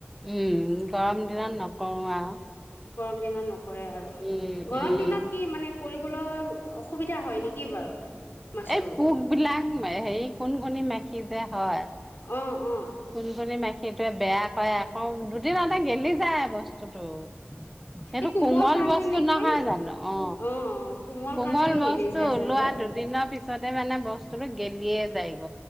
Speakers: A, in the centre; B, on the left.
A: উম, গৰম দিনত নকৰো আৰু।
B: গৰম দিনত নক কৰে আৰু।
A: উম,
B: গৰম
A: উম,
B: দিনত কি মানে কৰিবলৈ অসুবিধা হয় নেকি বাৰু মাছৰুমটো
A: এই পোক বিলাক, হেৰি কন কনি মাখি যে হয়
B: অঁ অঁ
A: কোন কনে মাখি সেইটোৱে বেয়া কৰে, আকৌ দুদিনতে গেলি যায় বস্তুটো সেইটো
B: এই
A: কোমল
B: কাৰণে
A: বস্তু
B: নেকি
A: নহয় জানো? অ,
B: অঁ
A: কোমল
B: কাৰণে
A: বস্তু
B: গেলি যায়
A: ওলোৱা
B: চাগৈ
A: দুদিনৰ পিছত পিছতে মানে বস্তুটো গেলিয়ে যায় গ